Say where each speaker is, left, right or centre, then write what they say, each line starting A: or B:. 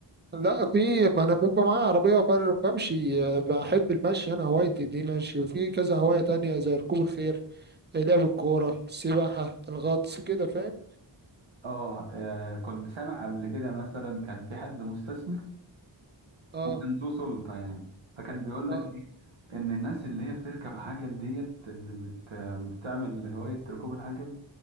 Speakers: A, on the right (about 25°); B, on the right (about 80°).
A: لا في ما انا بيبقى معايا عربية وبر- بمشي آه، بحب المشي انا هوايتي دي مشي وفي كذا هواية تانية زي ركوب الخيل آه، لعب الكورة السباحة الغطس كده فاهم
B: اه آه، كنت سامع قبل كده مثلا كان في حد مستثمر
A: اه
B: وكان ذو سلطه يعني فكان بيقول
A: اه
B: لك ايه ان الناس اللي هي بتركب عجل ديت اللي بت... بتعمل هوايه ركوب العجل